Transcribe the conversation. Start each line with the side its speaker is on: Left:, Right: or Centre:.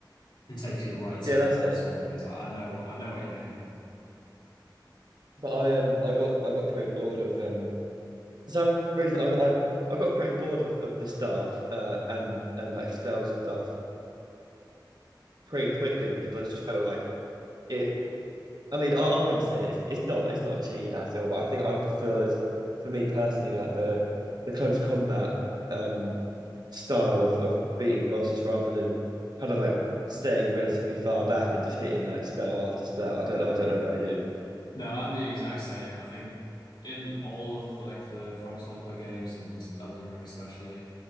Left: and takes you right
Right: yeah,
Left: to
Right: that's
Left: where that
Right: it.
Left: swamp is. I, I know, I know what you mean.
Right: But I um I got I got pretty bored of um For some reason, I, I I got pretty bored of, of the staff uh, and and like spells and stuff pretty quickly because I just felt like it. I mean, I, I wouldn't say it's it's not it's not cheating at all, but I think I preferred, for me personally, like the the close combat um style of of beating bosses rather than kind of like staying relatively far back and just hitting like spell after spell. I don't I don't know about you.
Left: No, I'm the exact same. I think in all of like the From Software games and Elden Ring especially,